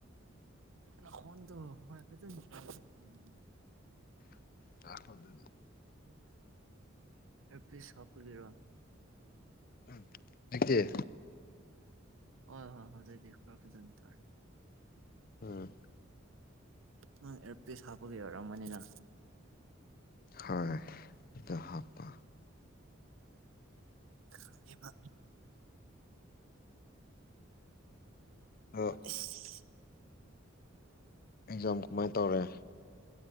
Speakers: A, on the right; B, on the left.
A: ꯅꯈꯣꯟꯗꯣ ꯍꯣꯏ ꯐꯖꯅ ꯇꯥꯗꯕꯅꯤꯅꯦ꯫
B: ꯉꯥꯏꯈꯣ ꯑꯗꯨꯗꯤ
A: ꯑꯦꯔꯄꯤꯁ ꯍꯥꯞꯄꯒꯤꯔꯣ?
B: ꯎꯝ ꯍꯩꯖꯤꯛꯇꯤ?
A: ꯍꯣꯍꯣꯏ ꯍꯧꯖꯤꯛꯇꯤ ꯈꯔ ꯐꯖꯅ ꯇꯥꯔꯦ꯫
B: ꯎꯝ
A: ꯅꯪ ꯑꯦꯌꯔꯄꯤꯁ ꯍꯥꯞꯄꯒꯤ ꯑꯣꯏꯔꯝꯃꯅꯤꯅ꯫
B: ꯍꯣꯏ ꯑꯗꯨ ꯍꯥꯞꯄ
A: ꯈꯪꯉꯦꯕ <unintelligible>
B: ꯑꯗꯣ ꯑꯦꯛꯖꯥꯝ ꯀꯃꯥꯏ ꯇꯧꯔꯦ?